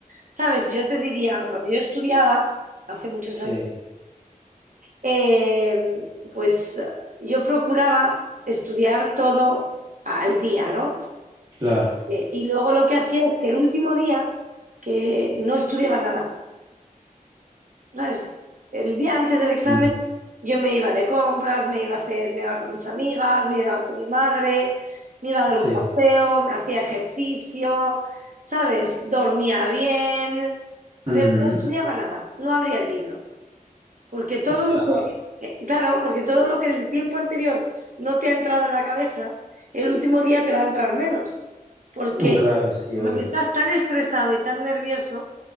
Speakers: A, on the right; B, on the right.
A: ¿sabes? Yo te diría, cuando yo estudiaba, hace muchos
B: sí,
A: años, eh, pues yo procuraba estudiar todo al día, ¿no?
B: claro.
A: Eh, y luego lo que hacía es que el último día, que no estudiaba nada, ¿sabes? El día antes del examen
B: Mm,
A: yo me iba de compras, me iba a hacer, me iba con mis amigas, me iba con mi madre, me iba a dar
B: sí.
A: un paseo, me hacía ejercicio, ¿sabes? Dormía bien,
B: Ujú.
A: pero no estudiaba nada, no abría el libro. Porque todo
B: O sea,
A: lo que, eh, claro, porque todo lo que el tiempo anterior no te ha entrado en la cabeza, el último día te va a entrar menos. Porque,
B: mm, claro, sí,
A: porque
B: obvio.
A: estás tan estresado y tan nervioso